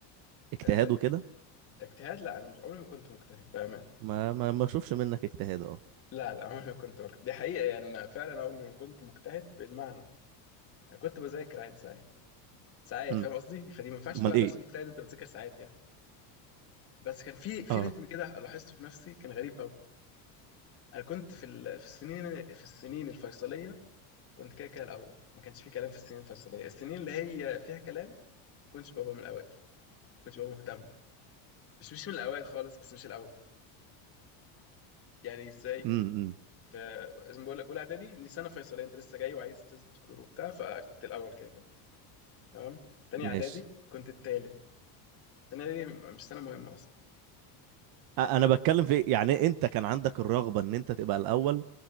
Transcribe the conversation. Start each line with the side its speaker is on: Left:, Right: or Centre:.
Right: اجتهاد
Left: آه،
Right: وكده
Left: اجتهاد لا انا مش عمري ما كنت مجتهد بامان
Right: ما ما ما اشوفش منك اجتهاد اه
Left: لا لا عمري ما كنت مجتهد دي حقيقه يعني انا فعلا عمري ما كنت مجتهد بالمعنى انا كنت بذاكر عادي ساعات ساعات
Right: امم
Left: فاهم قصدي فدي ما ينفعش
Right: امال
Left: تقول على
Right: ايه
Left: نفسك مجتهد انت بتذاكر ساعات يعني بس كان في في
Right: اه
Left: رتم كده لاحظته في نفسي كان غريب قوي انا كنت في ال... في السنين في السنين الفيصليه كنت كده كده الاول ما كانش في كلام في السنين الفيصليه السنين اللي هي فيها كلام ما كنتش ببقى من الاوائل ما كنتش ببقى مهتم مش مش من الاوائل خالص بس مش الاول يعني ازاي
Right: امم أمم.
Left: فزي ما بقول لك اولى اعدادي دي سنه فيصليه انت لسه جاي وعايز تثبت حضور وبتاع فكنت الاول كده كده تمام تاني
Right: ماشي
Left: اعدادي كنت التالت تاني اعدادي م- مش سنه مهمه اصلا
Right: أ- انا بتكلم في يعني انت كان عندك الرغبة ان انت تبقى الاول